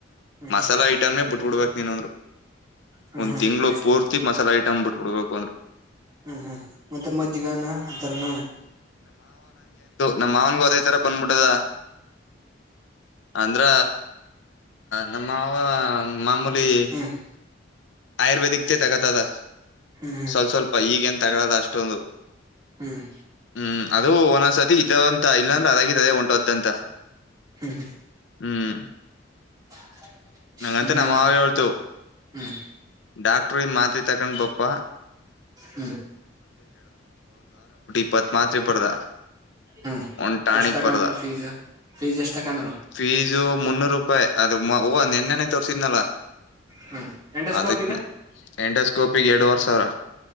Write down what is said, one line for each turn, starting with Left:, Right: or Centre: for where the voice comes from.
Right: ಹ್ಮ್
Left: ಮಸಾಲಾ
Right: ಹ್ಮ್
Left: ಐಟಮೇ ಬಟ್ಟ ಕೊಡ್ಬೇಕಕ್ ನೀನಂದರು
Right: ಹ್ಮ್
Left: ಒಂದ್
Right: ಹ್ಮ್
Left: ತಿಂಗಳು
Right: ಎಷ್ಟ
Left: ಪೂರ್ತಿ ಮಸಾಲೆ ಂಬ ಬಿುಬಡುಬೇಕ
Right: ಹ್ಮ್ ಹ್ಮ್ ಮತ್ತೆ ಮದ್ದಿಗನ ಹತಾರನ
Left: ನಮ್ ಮವುಂಗು ಅದ ತರ ಬಂಬಿಟ್ಟದ ಅಂದ್ರ ನಮ್ ಮಾವ ಮಾಮೂಲಿ
Right: ಹ್ಮ್
Left: ಹೈರ್ವೇದಿಕ್ ದ ತಗೊಂಡು ತಗ
Right: ಹ್ಮ್
Left: ಸ್ವಲ್ಪ್ ಸ್ವಲ್ಪ ಹೀಗೇನ್ ತಗಳೋದು ಅಷ್ಟೊಂದು
Right: ಹ್ಮ್
Left: ಹ್ಮ್ ಅದು ಒಂನಸತಿ ಇದಾವ ಇಲ್ಲ ಅಂತ ಅದಾಗಿದ್ದಾದ ಹೊಂಟೊಗುತ್ತಿತ್ತ ಅಂತ
Right: ಹ್ಮ್ ಹ್ಮ್
Left: ಹೂಂ
Right: <inaudible>
Left: ಅಂಗಂತ
Right: ಇನ್ನೇನಮ್ಮ
Left: ನಮ್ ಮಾವ ಹೇಳ್ತು
Right: ಹ್ಮ್
Left: ಡಾಕ್ಟರ್ ಮಾತ್ರ ತಗೊಂಡ್ ಬಪ್ಪ
Right: ಹೂ
Left: ಇಪ್ಪತ್ತು ಮಾತ್ರೆ ಬರ್ದ
Right: ಹ್ಮ್
Left: ಒಂದು ಟಾನಿಕ್
Right: ಎಷ್ಟ ತಕೊಂಡ್ರು
Left: ಬರ್ದ
Right: ಫೀಸ್ ಫೀಸ್ ಎಷ್ಟ ತಕೊಂಡ್ರು
Left: ಫೀಸು ಮುನ್ನೂರ ರೂಪಾಯಿ ಯಮ್ಮ ಅವ್ವ ನೆನ್ನೆನೆ ತೋರಿಸಿದ್ನಲ್ಲ
Right: ಹ್ಮ್ ಎಂಡೋಸ್ಕೋಪಿಗ
Left: ಅದಕ್ಕ ಎಂಡೋಸ್ಕೋಪಿಗೆ ಎರಡುವರೆ ಸಾವಿರ